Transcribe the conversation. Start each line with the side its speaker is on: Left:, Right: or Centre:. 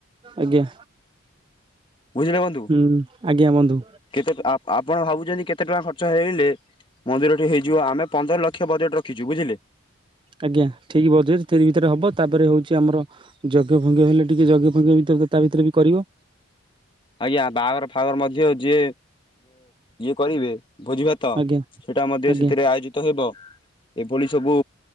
Right: ଆଜ୍ଞା।
Left: ବୁଝିଲେ ବନ୍ଧୁ
Right: ହୁଁ ଆଜ୍ଞା ବନ୍ଧୁ
Left: କେତେ ଆପଣ ଭାବୁଛନ୍ତି କେତେ କେତେ ଟଙ୍କା ଖର୍ଚ୍ଚ ହେଇଲେ, ମନ୍ଦିରଟି ହେଇଯିବ ଆମେ ପନ୍ଦର ଲକ୍ଷ ବଜେଟ୍ ରଖିଛୁ ବୁଝିଲେ।
Right: ଆଜ୍ଞା ଠିକ୍ ବଜେଟ୍ ତିରି ଭିତରେ ହବ। ତାପରେ ହଉଛି ଆମର ଯଜ୍ଞ ଫଜ୍ଞ ହେଲେ ଟିକେ ଯଜ୍ଞ ଫଜ୍ଞ ଭିତରେ ତା ଭିତରେ ବି କରିବ।
Left: ଆଜ୍ଞା ବାହାଘର ଫଦର ମଧ୍ୟ ଯିଏ ଇଏ କରିବେ। ଭୋଜି ଭାତ
Right: ଆଜ୍ଞା
Left: ସେଟା ମଧ୍ୟ
Right: ଆଜ୍ଞା
Left: ସେଥିରେ ଆୟୋଜିତ ହେବ। ଏଭଳି ସବୁ